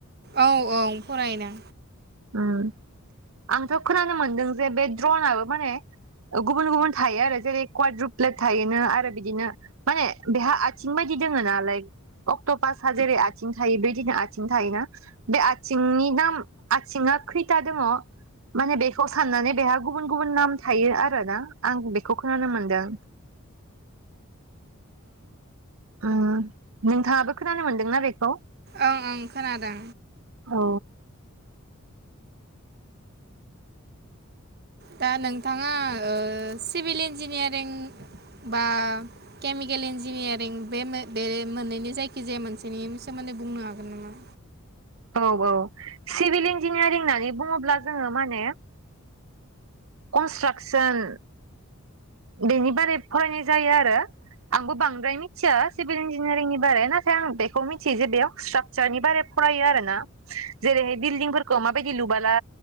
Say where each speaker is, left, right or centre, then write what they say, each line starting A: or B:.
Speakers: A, on the right (about 45°); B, on the right (about 70°).
A: औ औ फरायनो
B: उम आंथ' खोनानो मोनदों जे बे द्रनाबो माने गुबुन गुबुन थायो आरो जेरै कवाड रुप्लेट थायोनो आरो बिदिनो माने बेहा आथिं बायदि दोङोना लइक अक्ट' पासआ जेरै आथिं थायो बेदिनो आथिं थायोना बे आथिंनि नाम आथिङा खैथा दङ माने बेखौ साननानै बेहा गुबुन गुबुन नाम थायो आरोना। आं बेखौ खोनानो मोनदों। ओं नोंथाङाबो खोनानो मोनदोंना बेखौ?
A: ओं ओं खोनादों।
B: औ।
A: दा नोंथाङा ओ सिभिल इन्जिनियारिं बा केमिकेल इन्जिनियारिं बे बे मोननैनि जायखिजाया मोनसेनि सोमोन्दै बुंनो हागोन नामा?
B: औ औ सिभिल इन्जिनियारिं होननानै बुङोब्ला जोङो माने कनस्ट्राकसन बेनि बारै फरायनाय जायो आरो आंबो बांद्राय मिथिया सिभिल इन्जिनियारिंनि बारै नाथाय आं बेखौ मिथियो जे बेयाव स्ट्राकचारनि बारै फरायो आरोना जेरैहाय बिल्दिंफोरखौ माबायदि लुबाला